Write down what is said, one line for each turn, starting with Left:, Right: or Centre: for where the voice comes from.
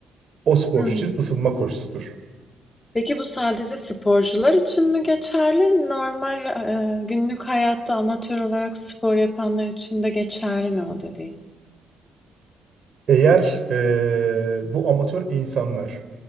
Right: o sporcu
Left: Hı hı.
Right: için ısınma koşusudur.
Left: Peki bu sadece sporcular için mi geçerli? Normal, eee, günlük hayatta amatör olarak spor yapanlar için de geçerli mi o dediğin?
Right: Eğer e, bu amatör insanlar